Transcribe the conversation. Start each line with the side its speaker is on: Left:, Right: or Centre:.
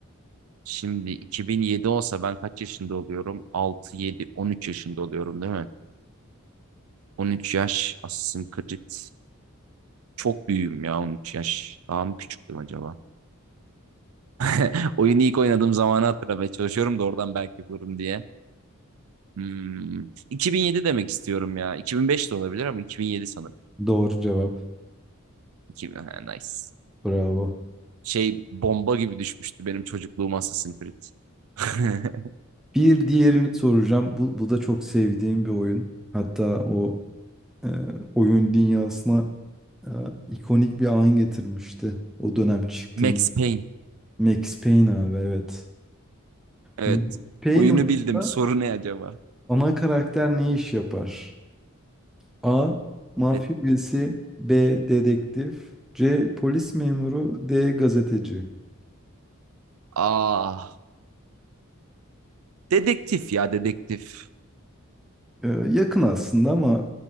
Right: Şimdi 2007 olsa ben kaç yaşında oluyorum? 6, 7, 13 yaşında oluyorum değil mi? 13 yaş Assassin's Creed. Çok büyüğüm ya 13 yaş. Daha mı küçüktüm acaba? <laughs> Oyunu ilk oynadığım zamanı hatırlamaya çalışıyorum da oradan belki bulurum diye. Hmm. 2007 demek istiyorum ya. 2005 de olabilir ama 2007 sanırım.
Centre: Doğru cevap.
Right: 2000, ha, nice.
Centre: Bravo.
Right: Şey bomba gibi düşmüştü benim çocukluğum Assassin's Creed. <laughs>
Centre: Bir diğerini soracağım. Bu, bu da çok sevdiğim bir oyun. Hatta o e, oyun dünyasına e, ikonik bir an getirmişti. O dönem çıktığın.
Right: Max Payne.
Centre: Max Payne abi evet.
Right: Evet.
Centre: Max Payne
Right: Oyunu
Centre: oyununda
Right: bildim. Soru ne acaba?
Centre: ana karakter ne iş yapar? A. Mafya
Right: De-
Centre: üyesi B. Dedektif C. Polis memuru D. Gazeteci.
Right: Ah. Dedektif ya dedektif.
Centre: E, yakın aslında ama